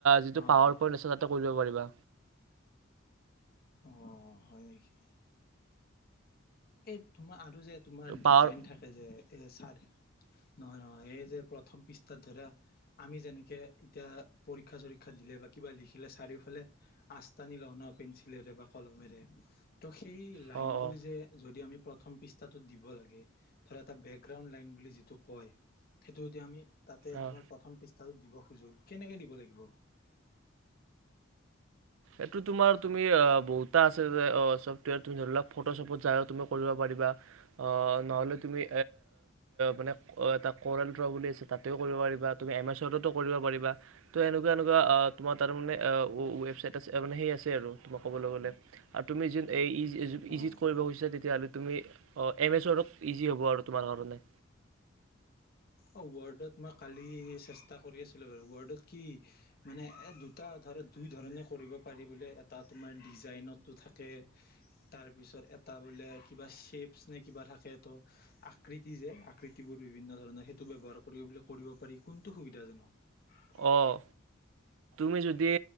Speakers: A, on the right; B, on the left.
A: যিটো
B: অ
A: পাৱাৰ
B: অ
A: পইণ্ট আছে তাতো কৰিব পাৰিবা
B: অঁ হয় নেকি এই তোমাৰ আৰু যে তোমাৰ
A: পাৱাৰ
B: ডিজাইন থাকে যে এই চাৰি নহয় নহয় এই যে প্ৰথম পৃষ্ঠাত ধৰা আমি যেনেকে এতিয়া পৰীক্ষা চৰীক্ষা দিলে বা কিবা লিখিলে চাৰিওফালে আচ টানি লওঁ পেঞ্চিলেৰে বা কলমেৰে সেই লাইনবোৰ
A: অঁ অঁ
B: যে আমি প্ৰথম পৃষ্ঠাটোত দিব লাগে ধৰা এটা বেগ গ্ৰাউণ্ড লাইন বুলি যিটো কয় সেইটো এতিয়া আমি তাতে
A: অঁ
B: তোমাৰ প্ৰথম পৃষ্ঠা দিব খোজো কেনেকে দিব লাগিব
A: এইটো তোমাৰ তুমি বহুতা আছে চফটৱেৰ তুমি ধৰি লোৱা ফটোশ্বপত যায়ও তুমি কৰিব পাৰিবা নহ'লে তুমি মানে এটা কৰেলট্ৰ বুলি তাতেও কৰিব পাৰিবা তুমি এম এছ ৱৰ্ডতো কৰিব পাৰা ত এনেকুৱা এনেকুৱা তোমাৰ তাৰ মানে ৱেবচাইট সেই আছে আৰু তোমাক ক'বলৈ গ'লে আৰু তুমি ইডিত
B: অ
A: কৰিব খুজিছা তেতিয়া হ'লে তুমি অঁ এম এছ ৱৰ্ডত ইজি হ'ব আৰু তোমাৰ কাৰণে
B: অ ৱৰ্ডত মই কালি চেষ্টা কৰি আছিলো বাৰু ৱৰ্ডত কি মানে এ দুটা ধৰ দুই ধৰণে কৰিব পাৰি বোলে এটা তোমাৰ ডিজাইনতো থাকে তাৰপিছত এটা বোলে কিবা শ্বেপচ নে কিবা থাকে ত আকৃতি যে আকৃতিবোৰ বিভিন্ন ধৰণৰ সেইটো ব্যৱহাৰ কৰি বোলে কৰিব পাৰি কোনটো সুবিধাজনক
A: অ'। তুমি যদি